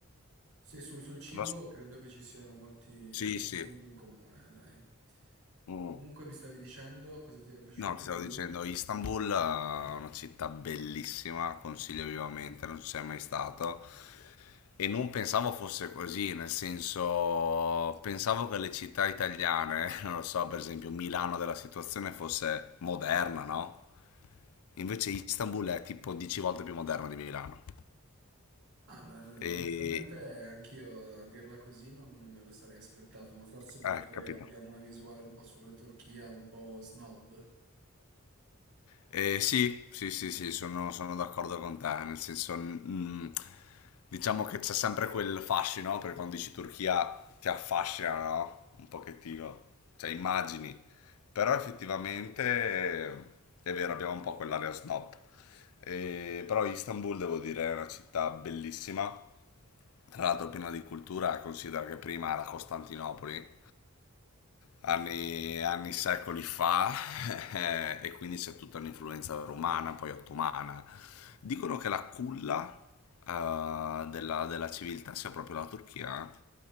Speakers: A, on the right; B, on the left.
A: sì, sul, sul cibo
B: so-
A: credo che ci siano molti,
B: Sì,
A: molti
B: sì.
A: punti in comune, dai.
B: Mm.
A: Comunque mi stavi dicendo cosa ti era piaciuto
B: No, ti
A: di
B: stavo
A: più?
B: dicendo, Istanbul è una città bellissima, consiglio vivamente, non ci sei mai stato. E non pensavo fosse così, nel senso, pensavo che le città italiane, <laughs> non lo so, per esempio Milano della situazione fosse moderna, no? Invece Istanbul è tipo 10 volte più moderna di Milano.
A: Ah, no,
B: E...
A: onestamente anch'io a dirla così non, non me lo sarei aspettato, ma forse perché
B: Eh, capito.
A: abbiamo una visuale un po' sulla Turchia, un po' snob.
B: Eh, sì, sì, sì, sì, sono, sono d'accordo con te, nel senso, mm, diciamo che c'è sempre quel fascino, no? perché quando dici Turchia ti affascina, no? Un pochettino, cioè immagini, però effettivamente eh, è vero, abbiamo un po' quell'area snob, Eh, però Istanbul devo dire è una città bellissima, tra l'altro piena di cultura, considera che prima era Costantinopoli, anni, anni secoli fa, <laughs> e quindi c'è tutta un'influenza romana, poi ottomana. Dicono che la culla eh, della, della civiltà sia proprio la Turchia, eh?